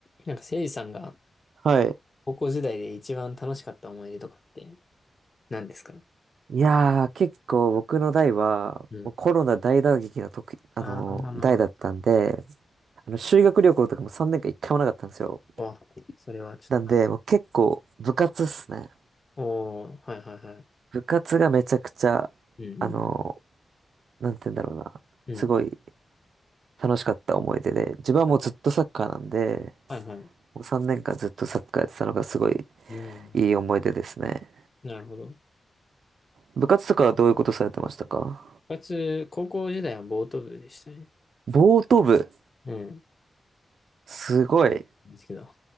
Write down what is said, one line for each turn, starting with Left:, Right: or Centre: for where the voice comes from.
Left: なんか、せいじさんが
Right: はい。
Left: 高校時代で一番楽しかった思い出とかって何ですか
Right: いやー、結構僕の代は、
Left: うん。
Right: もうコロナ大打撃の時、あのー代だったんで、
Left: ああ、まあまあまあ。
Right: あの修学旅行とかも3年間一回もなかったんですよ。
Left: あ、それはちょっと、
Right: なんで、
Left: は
Right: もう結構部活っすね。
Left: おー、はいはいは
Right: 部活がめちゃくちゃ、
Left: い。うん、
Right: あのーなんて言うんだろうな。
Left: うん、
Right: すごい
Left: うん。
Right: 楽しかった思い出で、自分はもうずっとサッカーなんで、
Left: あ、はいはい。
Right: もう3年間ずっとサッカーやってたのがすごい
Left: うん。
Right: いい思い出ですね。
Left: なるほど。
Right: 部活とかはどういうことされてましたか
Left: 部活、高校時代はボート部でしたね。
Right: ボート部。
Left: うん。
Right: すごい。
Left: ですけど。